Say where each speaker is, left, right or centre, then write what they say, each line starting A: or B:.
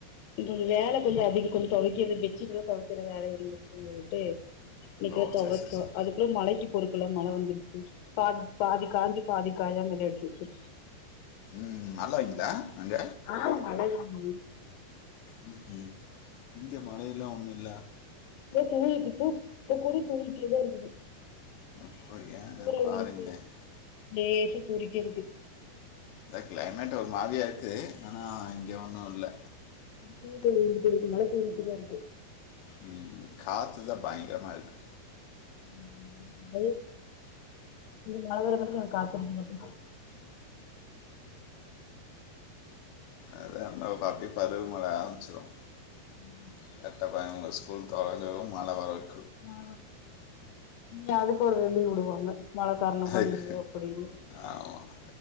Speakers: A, on the left; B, on the left.
A: கொஞ்சம் வேல கொஞ்ச அதிக கொஞ் தொவைக்கிறது பெச்சிட் எலாம் தொவைக்கிறத வேல இருந்துச்சுன்ட்டு இன்னைக்கு
B: ஓ
A: தொவச்சோம்
B: சரி சரி சரி.
A: அதுக்குள்ள மழைக்கு போறதுக்குள்ள மழ வந்துருச்சு பாதி பாதி காஞ்சு பாதி காயாமலே எடுத் <inaudible>
B: உம் நல்லா <unintelligible> அங்க
A: ஆ மழ தாங்க
B: உம் உம் இங்க மழயெல்லா ஒண்ணு ல்ல
A: ஏதோ கூவிட்டு இருக்கு இப்ப கூட தூங்கிட் எதோ இருக்குது
B: அப்படியா
A: தூறல்
B: பாருங்களேன்
A: வந்துட்டே இருக்கு லேசா தூறிட்டே இருக்கு
B: இந்த கிளைமேட் ஒரு மாரியா இருக்கு ஆனா இங்க ஒண்ணும் இல்ல
A: தூத்தல் விழுகுது மழ தூறிட்டு தா இருக்கு
B: உம் காத்துதா பயங்கரமா இருக்கு
A: <unintelligible> இங்க மழ வரங்காட்டிக்கு அங்க காத்தடிக்குது
B: அதா <unintelligible> அப்டி பருவ மழ ஆரம்பச்சுரும்
A: உம்
B: கரக்டா பாருங்க ஸ்கூல் தொறக்கவும் மழ வரவும்
A: ஆ இனி அதுக்கு ஒரு லீவுடு வாங்க மழ காரணமா
B: அதுக்கு
A: லீவு அப்டின்னு
B: ஆமாம்